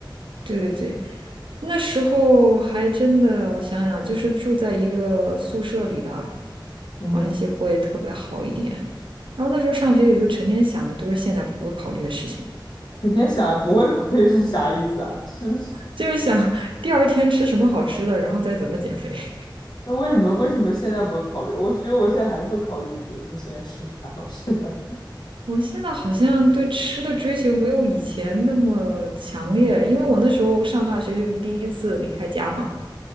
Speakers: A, on the right; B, on the left.
A: 对对对，那时候还真的，我想想，就是住在一个宿舍里的，
B: 嗯。
A: 关系会特别好一点。然后那时候上学也就成天想的都是现在不会考虑的事情，
B: 整天想不会考虑是啥意思啊？是，
A: 就是想 <laughs> 第二天吃什么好吃的，然后再怎么减肥。<laughs>
B: 那为什么为什么现在不会考虑？我觉得我现在还是会考虑，比如说现在吃啥好吃的。
A: 我现在好像对吃的追求没有以前那么强烈，因为我那时候上大学就是第一次离开家嘛，